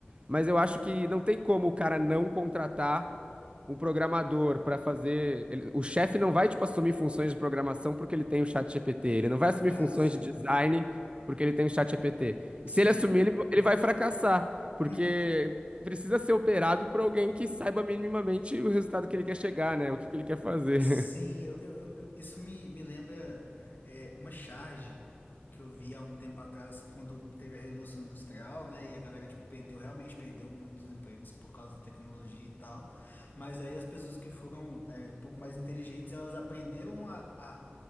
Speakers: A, on the right; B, on the left.
A: mas eu acho que não tem como o cara não contratar um programador para fazer. ele- o chefe não vai, tipo, assumir funções de programação porque ele tem o chat GPT. Ele não vai assumir
B: Ah,
A: funções
B: sim,
A: de design porque ele tem o chat GPT. E
B: sim.
A: se ele assumir, ele, ele vai fracassar, porque
B: Uhum.
A: precisa ser operado por alguém que saiba minimamente o resultado que ele quer chegar, né? O que que ele quer fazer.
B: Sim, eu, eu- eu- eu- isso me, me lembra é, uma charge que eu vi há um tempo atrás, quando teve a Revolução Industrial, né? E a galera tipo, perdeu, realmente perdeu muitos empregos por causa da tecnologia e tal. Mas aí as pessoas que foram é, um pouco mais inteligentes, elas aprenderam a, a,